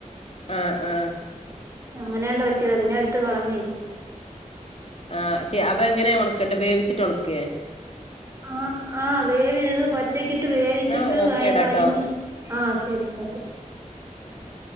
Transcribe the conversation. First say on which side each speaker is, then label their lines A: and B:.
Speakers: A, on the left (about 50°); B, on the right (about 20°).
A: ആഹ ഉഹ
B: അങ്ങനെയാണ്ട് പറ്റിയതാ പിന്നെ എടുത്ത് കളഞ്ഞ
A: ആ ശ അപ്പൊ എങ്ങനെയ ഉണക്കണ്ട വേവിച്ചിട്ട് ഉണക്കേ
B: ആ ആഹ് വേവിയത് പച്ചക്കി ഇട്ട് വേവിച്ചിട്ട്
A: എന്നാ ഓക്കേടാട്ടോ
B: അരിഞ്ഞഞ് ആ ശരി ഓക്കെ
A: ആഹ